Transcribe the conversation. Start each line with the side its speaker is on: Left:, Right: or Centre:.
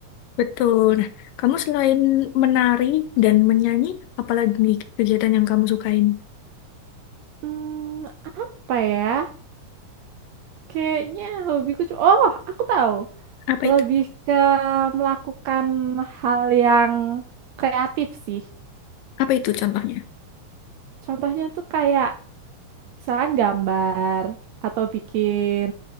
Left: Betul. Nah, kamu selain menari dan menyanyi, apalagi nih kegiatan yang kamu sukain?
Right: Hmm, apa ya? Kayaknya hobiku cu- Oh, aku tahu.
Left: Apa
Right: Lebih
Left: itu?
Right: ke melakukan hal yang kreatif sih.
Left: Apa itu contohnya?
Right: Contohnya tuh kayak misalkan gambar atau bikin